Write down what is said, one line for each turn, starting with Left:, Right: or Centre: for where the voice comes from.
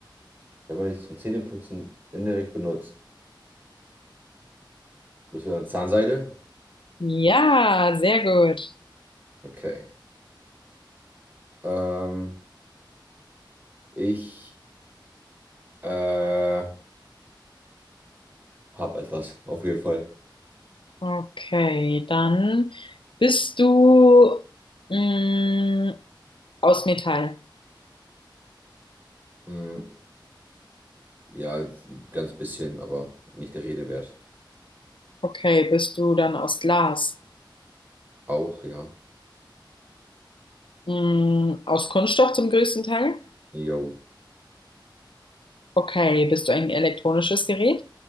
Right: man dich zum Zähneputzen indirekt benutzt, bist du dann Zahnseide?
Left: Ja, sehr gut.
Right: Okay. Ähm, ich äh, habe etwas, auf jeden Fall.
Left: Okay, dann bist du mh, aus Metall.
Right: Hm, ja, ganz bisschen, aber nicht der Rede wert.
Left: Okay, bist du dann aus Glas?
Right: Auch, ja.
Left: Mh, aus Kunststoff zum größten Teil?
Right: Jo.
Left: Okay, bist du ein elektronisches Gerät?